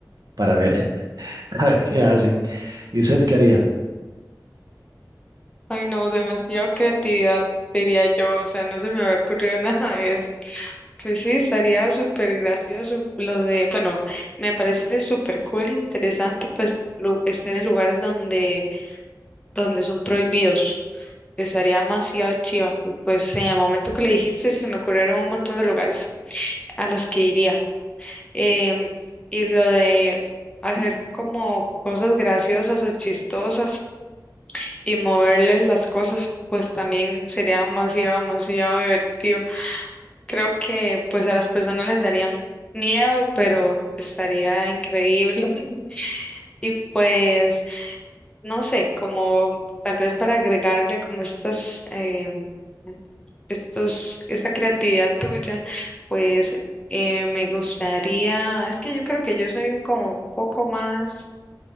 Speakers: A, on the right (about 60°); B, on the left (about 15°).
A: para ver, <laughs> para ver qué hacen. ¿Y usted qué haría?
B: Ay, no, demasiado creatividad, diría yo. O sea, no se me había ocurrido <laughs> nada de eso. Pues sí, estaría súper gracioso lo de, bueno, me parece súper cool, interesante, pues lu- estar en lugares donde, donde son prohibidos. Estaría demasiado chiva. Y pues en el momento que le dijiste, se me ocurrieron un montón de lugares a los que iría. Em, y lo de hacer como cosas graciosas o chistosas y moverle las cosas, pues también sería demasiado, demasiado divertido. Creo que pues a las personas les darían miedo, pero estaría increíble. <laughs> Y pues, no sé, como tal vez para agregarle como estas, em, estos, esa creatividad tuya, pues eh, me gustaría, es que yo creo que yo soy un- como un poco más